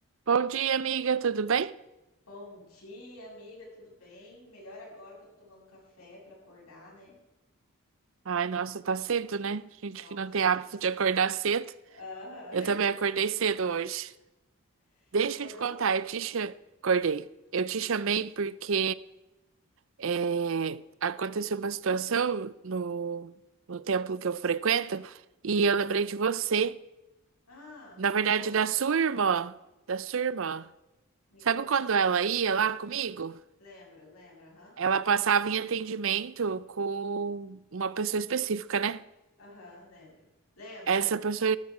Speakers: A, on the right (about 65°); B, on the left (about 85°).
A: Bom dia, amiga, tudo bem?
B: Bom dia, amiga, tudo bem? Melhor agora que eu tô tomando um café pra acordar, né?
A: Ai, nossa, tá cedo, né? Gente
B: Nossa.
A: que não tem hábito de acordar cedo.
B: Aham.
A: Eu também acordei cedo hoje.
B: <laughs>
A: Deixa
B: Acordou?
A: eu te contar, eu te cha- acordei. Eu te chamei porque é, aconteceu uma situação no, no templo que eu frequento e eu lembrei de você.
B: Ah,
A: Na
B: me
A: verdade,
B: conte,
A: da sua irmã. Da sua irmã.
B: me
A: Sabe
B: conte.
A: quando ela ia lá comigo?
B: Lembro, lembro, aham.
A: Ela passava em atendimento com uma pessoa específica, né?
B: Aham, lembro. Lembro,
A: Essa
B: lembro.
A: pessoa,